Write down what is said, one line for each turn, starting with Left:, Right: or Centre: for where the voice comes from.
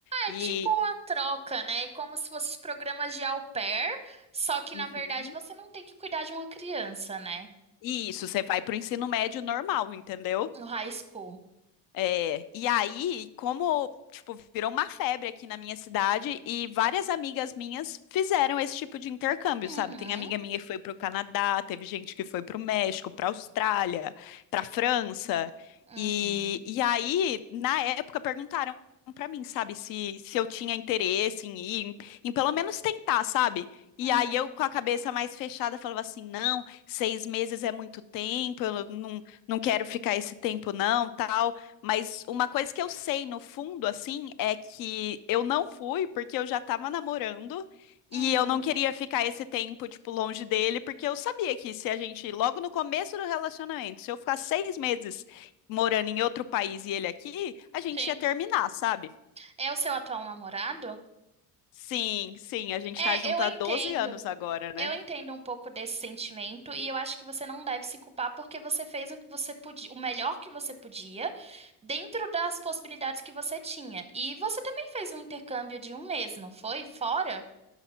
Left: E,
Right: É tipo uma troca, né? É como se fossem os programas de au pair, só que
Left: Uhum.
Right: na verdade você não tem que cuidar de uma criança, né?
Left: E isso, você vai para o ensino médio normal, entendeu?
Right: No high school.
Left: É, e aí, como, tipo, virou uma febre aqui na minha cidade e várias amigas minhas fizeram esse tipo de intercâmbio,
Right: Uhum,
Left: sabe? Tem amiga minha que foi pro Canadá, teve gente que foi pro México, pra Austrália, pra França.
Right: uhum,
Left: E, e aí, na época, perguntaram pra mim, sabe, se, se eu tinha interesse em ir, em, em pelo menos tentar, sabe? E
Right: uhum,
Left: aí eu, com a cabeça mais fechada, falava assim, não, seis meses é muito tempo, eu não, não quero ficar esse tempo não, tal. Mas uma coisa que eu sei no fundo, assim, é que eu não fui porque eu já tava namorando e
Right: uhum.
Left: eu não queria ficar esse tempo, tipo, longe dele, porque eu sabia que se a gente, logo no começo do relacionamento, se eu ficar seis meses morando em outro país e ele aqui, a gente
Right: Sim.
Left: ia terminar, sabe?
Right: É o seu atual namorado?
Left: Sim, sim, a gente
Right: É,
Left: tá junto
Right: eu
Left: há
Right: entendo.
Left: 12 anos agora, né?
Right: Eu entendo um pouco desse sentimento e eu acho que você não deve se culpar porque você fez o que você podia, o melhor que você podia, dentro das possibilidades que você tinha. E você também fez um intercâmbio de um mês, não foi? Fora?